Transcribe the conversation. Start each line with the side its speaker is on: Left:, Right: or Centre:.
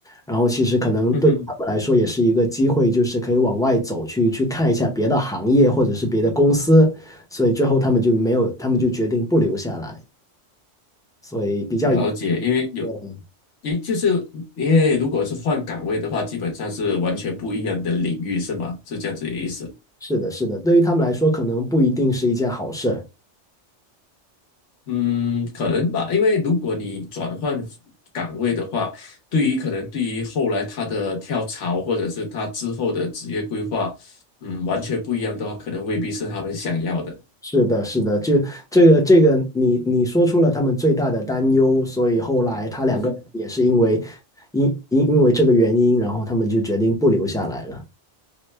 Centre: 然后其实可能对他们来说也是一个机会，
Left: 嗯哼，
Centre: 就是可以往外走去，去看一下别的行业或者是别的公司，所以最后他们就没有，他们就决定不留下来，所以比较遗憾。
Left: 了解，因为有
Centre: 对
Left: 也就是因为如果是换岗位的话，基本上是完全不一样的领域，是吗？是这样子的意思。
Centre: 是的，是的，对于他们来说，可能不一定是一件好事。
Left: 嗯，可能吧，因为如果你转换岗位的话，对于可能对于后来他的跳槽或者是他之后的职业规划，嗯，完全不一样的话，可能未必是他们想要的。
Centre: 是的，是的，就这个这个你你说出了他们最大的担忧，所以后来他两个人也是因为
Left: <laughs>
Centre: 因因因为这个原因，然后他们就决定不留下来了。